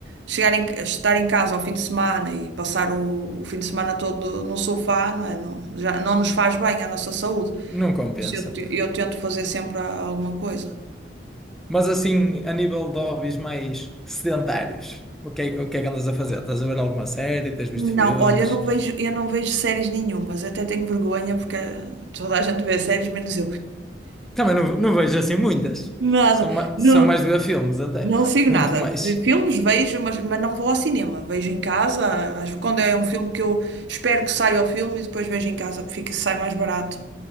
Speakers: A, on the right; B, in the centre.
A: chegar em, a estar em casa ao fim de semana e passar o, o fim de semana todo no sofá, não é? Não, já, não nos faz bem à nossa saúde.
B: não compensa.
A: Isso Eu, te- eu tento fazer sempre a- alguma coisa.
B: Mas assim, a nível de hobbies mais sedentários, o que é, que o que é que andas a fazer? Estás a ver alguma série? Tens visto
A: Não,
B: filmes?
A: olha, eu não vejo, eu não vejo séries nenhumas, até tenho vergonha porque toda a gente vê séries, menos eu.
B: Também não, não vejo assim muitas.
A: Nada,
B: São, ma-
A: não,
B: são mais de ver filmes até.
A: Não sigo
B: Muito
A: nada.
B: mais.
A: Vi- Filmes vejo, mas, mas não vou ao cinema. Vejo em casa. às- Quando é um filme que eu espero que saia o filme e depois vejo em casa, porque fica, sai mais barato.